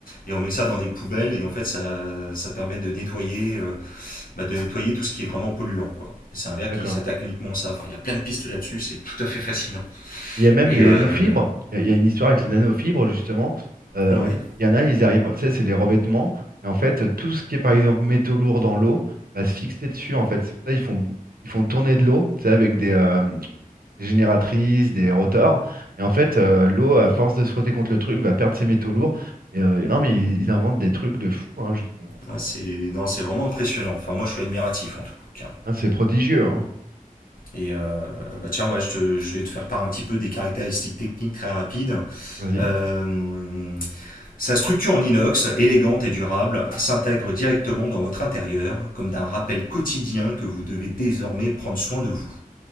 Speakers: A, on the left (about 75°); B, on the right (about 85°).
A: et on met ça dans des poubelles et en fait ça, ça permet de nettoyer, euh, bah, de nettoyer tout ce qui est vraiment polluant, quoi. Et C'est un verre
B: D'accord.
A: qui s'attaque uniquement à ça. Enfin, il y a plein de pistes là-dessus, c'est tout à fait fascinant.
B: Il y a même
A: Et
B: les
A: euh,
B: nanofibres. Il y a, il y a une histoire avec les nanofibres, justement. Euh,
A: ouais,
B: il y en a, ils arrivent. Ça, c'est des revêtements. Et en fait, tout ce qui est, par exemple, métaux lourds dans l'eau va se fixer dessus. En fait, c'est pour ça qu'ils font, bou- ils font tourner de l'eau, tu sais, avec des, euh, des génératrices, des rotors. Et en fait, euh, l'eau, à force de se frotter contre le truc, va perdre ses métaux lourds. Et, euh, et non, mais ils, ils inventent des trucs de fou, hein, justement, en ce
A: ouais, c'est
B: moment.
A: non, c'est vraiment impressionnant. Enfin, moi je suis admiratif en tout cas.
B: Hein, c'est prodigieux, hein.
A: Et euh, bah tiens, ouais, je, te- je vais te faire part un petit peu des caractéristiques techniques très rapides.
B: Vas-y.
A: Euh, sa structure en inox, élégante et durable, s'intègre directement dans votre intérieur, comme d'un rappel quotidien que vous devez désormais prendre soin de vous.